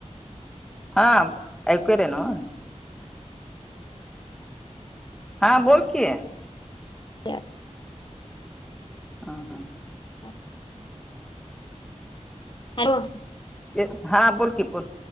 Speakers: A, in the centre; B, on the left.
A: हा ऐकू यालय नव्ह. हा बोल कि.
B: दया.
A: हा हा.
B: <unintelligible> हॅलो.
A: तेच हा बोल की बोल,